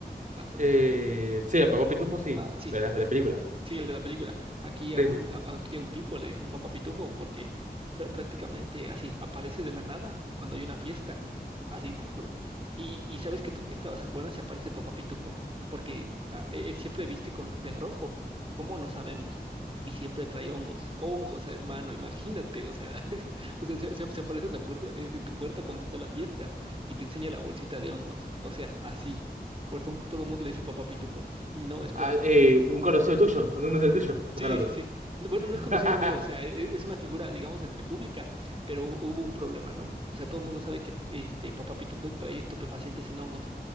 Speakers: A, on the right; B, on the right.
A: Ah,
B: Eh, sí, a
A: de-
B: Papá Pitufo, sí,
A: Ah, sí,
B: de la, de
A: ve-
B: la película.
A: sí, el de la película. Aquí
B: Sí,
A: a un,
B: sí.
A: a- aquí a un tipo le dicen papá pitufo porque pr- prácticamente así aparece de la nada cuando hay una fiesta. Así, te lo juro. Y, y sabes que tu fiesta va a ser buena si aparece papá pitufo, porque ah, e- él siempre viste con de rojo, ¿cómo no sabemos? Y siempre trae hongos, hongos, hermano, imagínate, o sea, <laughs> o sea, se, se- se aparece en la puerta, en en tu puerta cuando está la fiesta y te enseña la bolsita de hongos, o sea, así. Por eso todo el mundo le dice papá pitufo. Y no, espera,
B: Ah, eh, un conocido tuyo, un conocido tuyo, estás
A: Sí,
B: hablando.
A: sí, sí.
B: <laughs>
A: No, Bueno, no es conocido mío, o sea, e- e- es una figura, digamos, entre pública, pero hu- hubo un problema, ¿no? O sea, todo el mundo sabe que este Papá Pito fue trae estupefacientes en hongos.